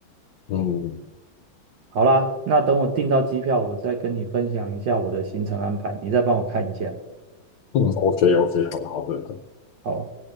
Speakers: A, on the left; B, on the right.
A: 嗯
B: 好啦，那等我订到机票，我再跟你分享一下我的行程安排，你再帮我看一下。
A: 嗯，OK OK，好的好的，
B: 好。